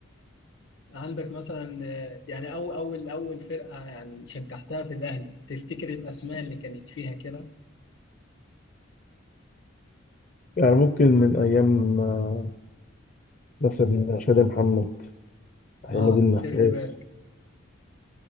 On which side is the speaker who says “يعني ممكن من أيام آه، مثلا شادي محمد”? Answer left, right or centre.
Left